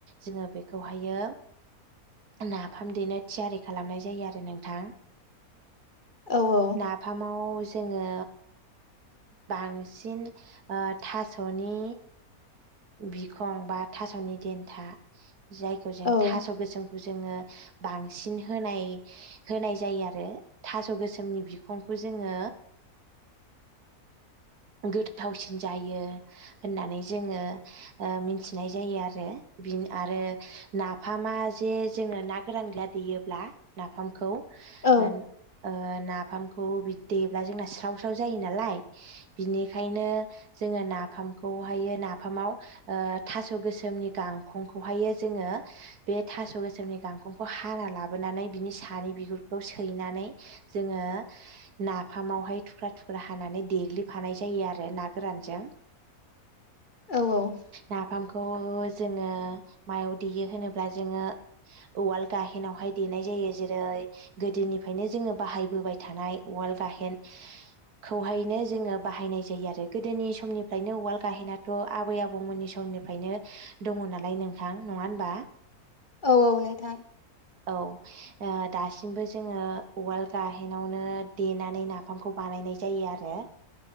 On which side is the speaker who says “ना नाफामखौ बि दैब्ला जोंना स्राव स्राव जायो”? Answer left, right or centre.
Right